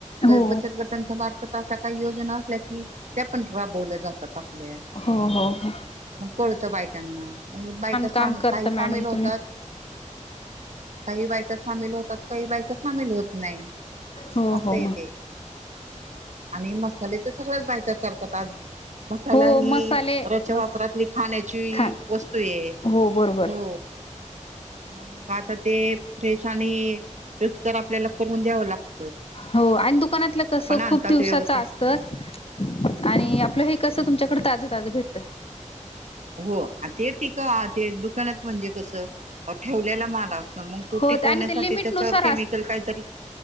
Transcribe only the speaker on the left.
हो
हा, हा, हा.
काम
करता
मॅडम
तुम्ही
हो
हो
हो
मसाले
मस
खा
हो बरोबर
हो आन दु कानातलं कसं
खूप दिवसाचं
असतं आणि आपलं हे कसं तुमच्या कडं ताजं ताजं भेटतं.
हो
आणि ते लिमिटनुसार